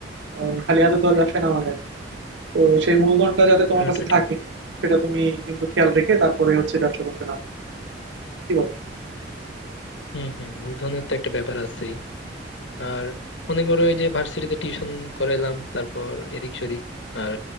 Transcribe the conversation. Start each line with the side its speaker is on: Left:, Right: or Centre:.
Right: কারণ খালি হাতে তো আর ব্যবসায় নামা যায় না তো সেই মূলধনটা যাতে তোমার
Left: হ্যাঁ,
Right: কাছে
Left: ওটা ঠিক
Right: থাকে সেটা তুমি কিন্তু খেয়াল রেখে তারপরে হচ্ছে ব্যবসা করতে নামবে কি বলো
Left: হম হম মূলধনের তো একটা ব্যাপার আছে আর মনে করো ওই যে ভার্সিটিতে টিউশন করাইলাম তারপর এদিক সেদিক আর